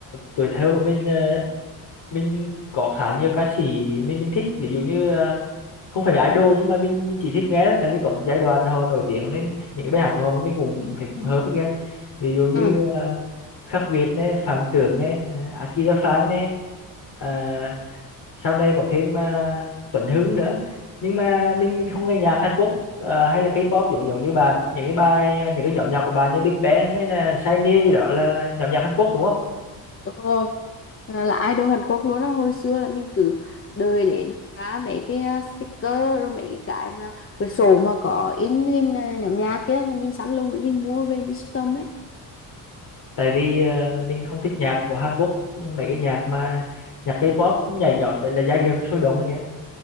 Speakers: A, on the left; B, on the left.
A: tuổi thơ của mình uh, mình có khá nhiều ca sĩ mình mình thích ví dụ như à, không phải idol nhưng mà mình mình chỉ thích nghe thôi tại vì có một giai đoạn họ nổi tiếng nên thích những cái bài hát của họ mà mình cũng thấy cũng hợp với kia ví dụ như
B: Ừ,
A: uh, Khắc Việt này Phạm Tưởng này uh, Akira Phan này à, sau này có thêm uh, Tuấn Hưng nữa nhưng mà mình mình không nghe nhạc Hàn Quốc à, hay là K-pop giống giống như bạn những cái bài ờ, những cái nhóm nhạc của bạn như Big Bang hay là Shiny gì đó là, là nhóm nhạc Hàn Quốc đúng không
B: đúng rồi. À, Là idol Hàn Quốc luôn á. Hồi xưa là mình cứ đợi đến ra mấy cái à, sticker rồi mấy cái mà quyển sổ mà có in hình à, nhóm nhạc kia là mình sẵn luôn để mình mua về mình sưu tầm đấy.
A: tại vì à, mình không thích nhạc của Hàn Quốc mấy cái nhạc mà nhạc K-pop nhảy nhót vậy là giai điệu nó sôi động kìa